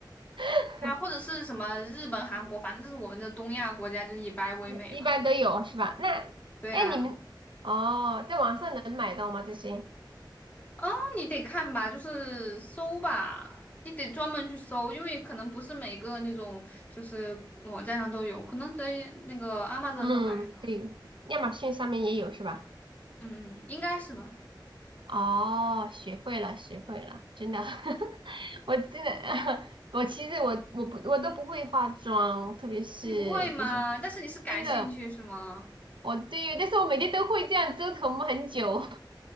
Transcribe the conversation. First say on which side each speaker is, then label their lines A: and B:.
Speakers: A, on the right; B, on the left.
A: <laughs>
B: 对啊，或者是什么日本、韩国，反正就是我们的东亚国家就是以白为美嘛。
A: 一般都有是吧？那，
B: 对啊。
A: 哎，你们哦，在网上能买到吗？这些？
B: 哦，你得看吧，就是搜吧，你得专门去搜，因为可能不是每个那种就是网站上都有，可能在那个 Amazon
A: 嗯，
B: 上买的嗯
A: 对，亚马逊上面也有是吧？
B: 嗯，应该是吧？
A: 哦，学会了，学会了，真的，<laughs> 我真的，<laughs> 我其实我我不我都不会化妆，特别是就是
B: 你不会吗？但是你是感兴趣是吗？
A: 真的。我对，但是我每天都会这样折腾很久，<laughs>